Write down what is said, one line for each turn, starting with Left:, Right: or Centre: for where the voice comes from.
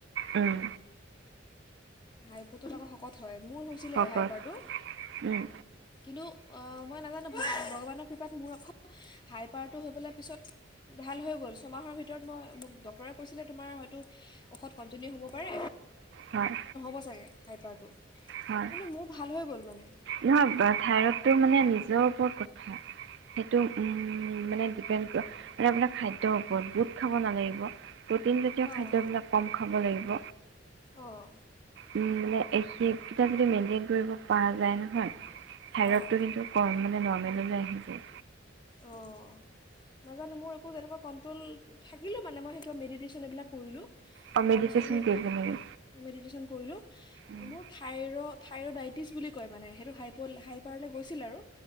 Right: উম
Left: হাইপটো থকা শকত হয় মোৰ হৈছিলে
Right: শকত
Left: হাইপাৰটো
Right: উম
Left: কিন্তু মই নাজানো ভগৱানৰ কৃপাত মোৰ অখ হাই পাৰটো হৈ পেলাই পিছত ভাল হৈ গ'ল ছমাহৰ ভিতৰত মই মোক ডক্টৰে কৈছিলে তোমাৰ হয়তো ঔষধ কণ্টিনিউ হ'ব পাৰে
Right: হয়
Left: হ'ব চাগে খাইপাৰটো।
Right: হয়
Left: কিন্তু মোৰ ভাল ভাল হৈ গ'ল মানে
Right: নহয় থাইৰইডটো মানে নিজৰ ওপৰত কথা সেইটো উ মানে ডপেড আপাৰ খাদ্যৰ ওপৰত বোট খাব নালাগিব। প্ৰটিন জাতীয়
Left: অঁ
Right: খাদ্যবিলাক কম খাব লাগিব।
Left: অঁ
Right: উম-উম, এই কেইটাপ যদি মেইনটেইন কৰিব পৰা যায় ন। হয়। থাইৰতটো
Left: অঁ
Right: কিন্তু কম মানে ন, নৰমেলৈ আহি যায়।
Left: অঁ' নাজানো মোৰ একো তেনেকুৱা কণ্ট্ৰল থাকিলোঁ মানে মই সেইটোা মেডিটেশ্যন এইবিলাক কৰিলোঁ।
Right: অ
Left: তাৰপিছত
Right: মেডিটেশ্যন
Left: সেই
Right: কৰিব লাগে।
Left: মেডিটেশ্যন কৰিলোঁ
Right: উম
Left: মোৰ থাইৰ থাইৰড ইটিছ বুলি কয় মানে সেইটো হাইপ হাইপাৰলৈ গৈছিল আৰু।